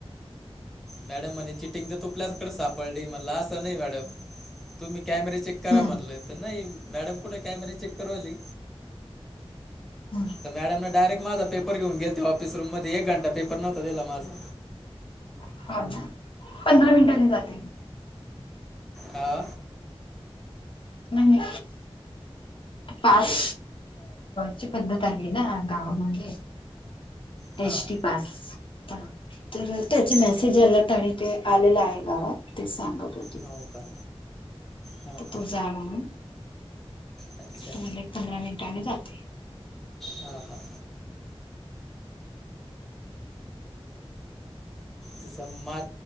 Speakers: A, in the centre; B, on the left.
A: मॅडम म्हणे, चिटिंग तर तुपल्याचकडे सापडली म्हणला असं नाही मॅडम. मी कॅमेरा चेक करा
B: हम्म
A: म्हटलं, तर नाही मॅडम कुठ कॅमेरा चेक करु राहिली
B: हम्म
A: तर मॅडमने डायरेक्ट माझा पेपर घेऊन गेल ते, ऑफिस रूम मध्ये एक घंटा पेपर नव्हता दिला माझा.
B: हो पंधरा मिनिटांनी जाते.
A: हा.
B: नाही. पास ची पद्धत आली आहे ना गावामध्ये.
A: हां
B: एस. टी. पास. का हा तर त्याचे मेसेज याला ताणी ते आलेलं आहे गावात ते सांग पण.
A: हाव का. हां
B: तर
A: हां
B: तू जा म्हणून.
A: अच्छा
B: तुम्हाले एक पंधरा मिनिटाने जाते.
A: हा हा. तिस मा